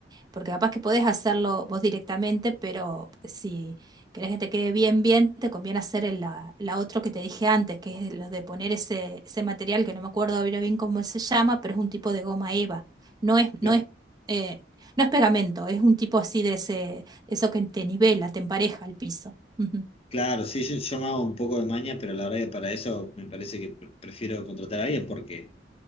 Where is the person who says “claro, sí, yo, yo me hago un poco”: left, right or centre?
Left